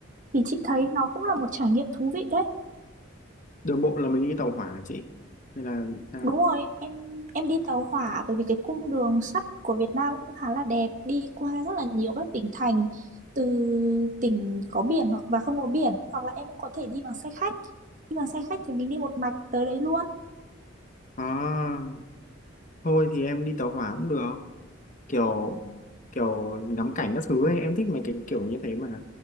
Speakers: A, on the right; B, on the left.
A: thì chị thấy nó cũng là một trải nghiệm thú vị đấy.
B: Đường bộ là mình đi tàu hỏa hả chị. Nên là sao?
A: Đúng rồi, em em đi tàu hỏa bởi vì cái cung đường sắt của Việt Nam cũng khá là đẹp, đi qua rất là nhiều các tỉnh thành từ tỉnh có biển hoặc và không có biển hoặc là em cũng có thể đi bằng xe khách. Đi bằng xe khách thì mình đi một mạch tới đấy luôn.
B: À thôi thì em đi tàu hỏa cũng được kiểu kiểu ngắm cảnh các thứ ấy em thích mấy cái kiểu như thế mà